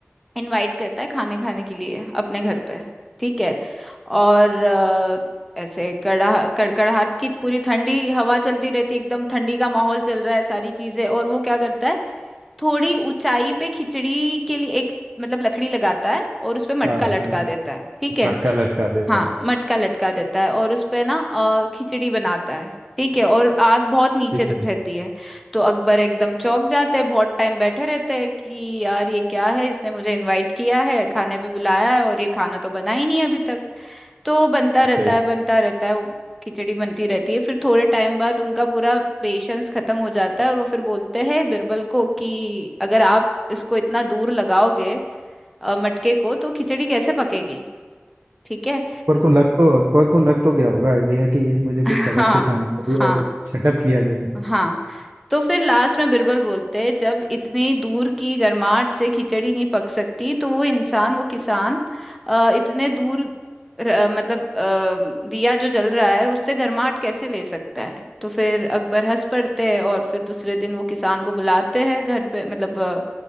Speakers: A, in the centre; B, on the right.
A: इनवाइट करता है खाने खाने के लिए अपने घर पे ठीक है और अ, ऐसे कड़ा कड़कड़ाहट की पूरी ठंडी हवा चलती रहती है एकदम ठंडी का माहौल चल रहा है सारी चीजें और वो क्या करता है थोड़ी ऊंचाई पे खिचड़ी के लिए एक मतलब लकड़ी लगाता है और उस पे मटका
B: हाँ
A: लटका
B: हाँ लट-
A: देता है ठीक है
B: मटका लटका देता
A: हाँ
B: है
A: मटका लटका देता है और उस पे ना अ, खिचड़ी बनाता है ठीक है और आग बहुत नीचे
B: ठीक
A: ल-
B: है
A: रहती है तो अकबर एकदम चौंक जाते हैं बहुत टाइम बैठे रहते हैं कि यार ये क्या है इसने मुझे इनवाइट किया है खाने पे बुलाया है और ये खाना तो बना ही नहीं है अभी तक तो बनता रहता
B: सही
A: है बनता रहता है वो खिचड़ी बनती रहती है फिर थोड़े टाइम बाद उनका पूरा पेशेंस खत्म हो जाता है और वो फिर बोलते हैं बिरबल को कि अगर आप इसको इतना दूर लगाओगे अ, मटके को तो खिचड़ी कैसे पकेगी ठीक है
B: अकबर को लग तो अकबर को लग तो गया होगा आइडिया कि यह मुझे
A: <laughs>
B: कुछ सबक
A: हाँ
B: सिखाने के लिए
A: हाँ
B: सेटअप किया गया है
A: हाँ तो फिर लास्ट में बिरबल बोलते हैं जब इतनी दूर की गर्माहट से खिचड़ी नहीं पक सकती तो वो इंसान वो किसान अ, इतने दूर र- मतलब अ, दिया जो जल रहा है उससे गर्माहट कैसे ले सकता है तो फिर अकबर हंस पड़ते हैं और फिर दूसरे दिन वो किसान को बुलाते हैं घर पे मतलब अ,